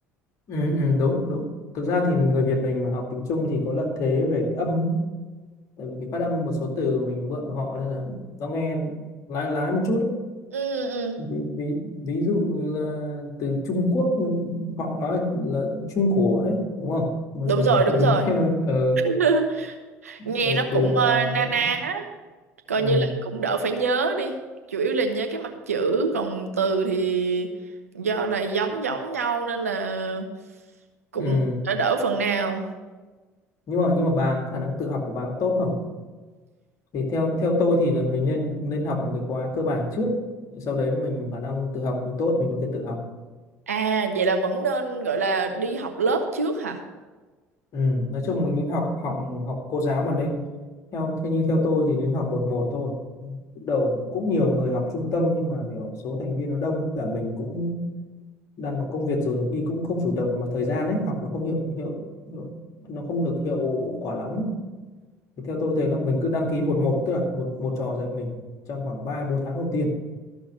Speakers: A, on the left; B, on the right.
A: ừ, ừ, đúng đúng thực ra thì người Việt mình mà học tiếng Trung thì có lợi thế về cái âm ấy. tại vì cái phát âm một số từ mình mượn của họ nên là nó nghe lái lái một chút đấy.
B: Ừ, ừ, ừ.
A: Ví, ví, ví dụ như là từ Trung Quốc họ nói là Trung Quốc đấy đúng không mình
B: đúng
A: mình,
B: rồi,
A: <laughs>
B: đúng
A: mình
B: rồi.
A: nghe mình, ờ
B: <laughs> Nghe
A: Rồi
B: nó
A: từ
B: cũng
A: ờ,
B: ờ, na ná, á, coi
A: ừ,
B: như là cũng đỡ phải nhớ đi. Chủ yếu là nhớ cái mặt chữ, còn từ thì do là giống giống nhau nên là cũng
A: ừ.
B: đỡ đỡ phần nào.
A: nhưng mà nhưng mà bà khả năng tự học của bà có tốt không? Thì theo theo tôi thì là mình nên nên học một cái khóa cơ bản trước, sau đấy mình khả năng tự học mình tốt mình có thể tự học.
B: À, vậy là vẫn nên gọi là đi học lớp trước hả?
A: Ừ. Nói chung mình nên học học học cô giáo mà nên theo theo như theo tôi thì nên học một một thôi. Lúc đầu cũng nhiều người học trung tâm nhưng mà kiểu số thành viên nó đông với cả mình cũng đang có công việc rồi nhiều khi cũng không chủ động về mặt thời gian ấy học nó không hiệu hiệu, hiệu nó không được hiệu quả lắm ấy. Thì theo tôi thấy là mình cứ đăng ký một một tức là một một trò dạy mình trong khoảng 3 4 tháng đầu tiên.